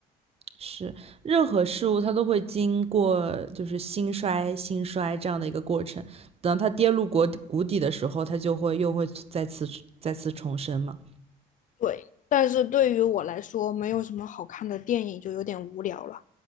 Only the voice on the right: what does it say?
是，任何事物它都会经过就是兴衰、兴衰这样的一个过程。等到它跌入国谷底的时候，它就会又会再次再次重生嘛。